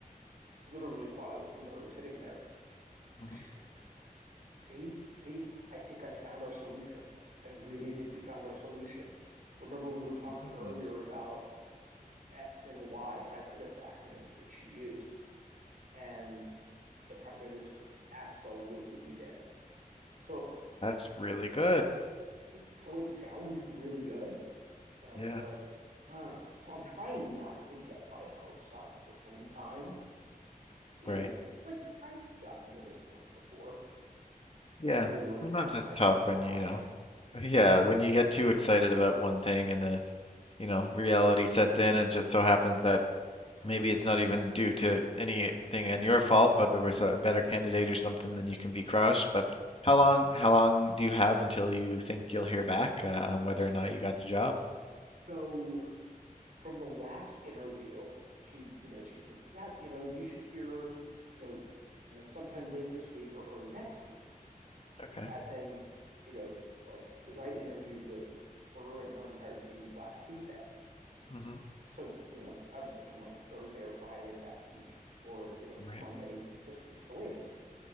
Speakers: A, on the right; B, on the left.
A: literally like, while I was literally sitting there,
B: Mm-hmm.
A: she says, See, see, I think I found our solution. I really think we found our solution. Remember, we were talking
B: Mm.
A: earlier about X and Y, and I forget the acronyms that she used. And the product manager says, absolutely, we did. So
B: That's really good.
A: it, so it sounded really good. And I was
B: Yeah,
A: like, huh. So I'm trying not to get my hopes up at the same time, you
B: right.
A: know, because like I've gotten to this point before,
B: Yeah.
A: only to like
B: Sometimes
A: have
B: it's
A: my hopes
B: tough
A: crushed.
B: when you know, <laughs> yeah, when you get too excited about one thing and then, you know, reality sets in and it just so happens that maybe it's not even due to anything on your fault, but there was a better candidate or something, then you can be crushed. But how long, how long do you have until you think you'll hear back uh, on whether or not you got the job?
A: So from the last interview, she, you know, she said, "Yeah, you know, you should hear, you know, you know, sometime late this week or early next week."
B: Okay.
A: As in, you know, like because I'd interviewed with her and her entire team last Tuesday,
B: Mm-hmm.
A: so you know, I was thinking like Thursday or Friday of that week, or you know,
B: Right.
A: Monday this week at the latest.